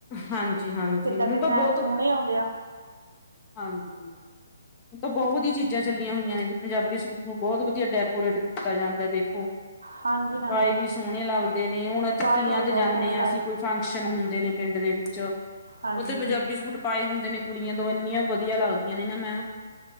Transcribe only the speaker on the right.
ਕਿੱਦਾਂ
ਕਿੱਦਾਂ
ਸੋਹਣੇ ਆਉਂਦੇ ਆ
ਹਾਂਜੀ, ਹਾਂਜੀ।
ਪਾਏ
ਹੋਏ
ਬਹੁਤ
ਸੋਹਣੇ ਲੱਗਦੇ
ਹਾਂਜੀ।